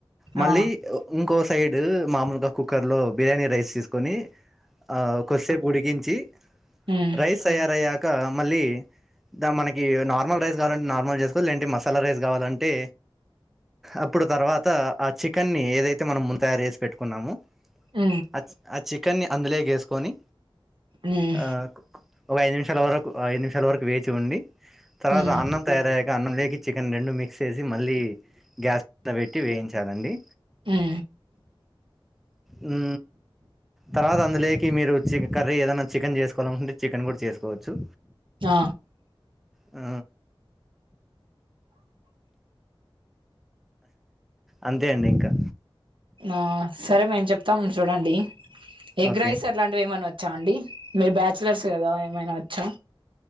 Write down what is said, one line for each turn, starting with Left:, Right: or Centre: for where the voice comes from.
Centre: మళ్ళీ
Right: ఆ
Centre: ఇంకో సైడ్ మామూల్గా కుక్కర్లో బిర్యానీ రైస్ తీస్కొని ఆ కొదిసేపు ఉడికించి
Right: మ్మ్
Centre: రైస్ తయారయ్యాక మళ్ళీ ద మనకి నార్మల్ రైస్ కావాలంటే నార్మల్ చేస్కోవాలి లేదంటే మసాలా రైస్ కావాలంటే అప్పుడు తర్వాత ఆ చికెన్ని ఏదైతే మనం ముందు తయారు చేసి పెట్టుకున్నామో
Right: ఉ
Centre: ఆ ఆ చికెన్ని అందులో ఏస్కొని
Right: మ్మ్
Centre: ఆ ఒక ఐదు నిమిషాల వరకు ఐదు నిమిషాల వరకు వేచి ఉండి తర్వాత
Right: మ్మ్
Centre: అన్నం తయారయ్యాక అన్నం లోకి చికెన్ రెండు మిక్స్ చేసి మళ్ళీ గ్యాస్ పైనవేట్టి వేయించాలండి
Right: ఉ
Centre: హూ తర్వాత అందులోకి మీరు చి కర్రీ ఏదన్నా చికెన్ చేస్కోవాలనుకుంటే చికెన్ కూడా చేస్కోవచ్చు
Right: ఆ
Centre: ఉ అంతే అండి ఇంకా
Right: ఆ సరే మేము చెప్తాం చూడండి ఎగ్
Centre: ఓకే
Right: రైస్ అ అట్లాంటివేమనా వచ్చా అండి మీరు బ్యాచలర్స్ కదా ఏమైనా ఒచ్చా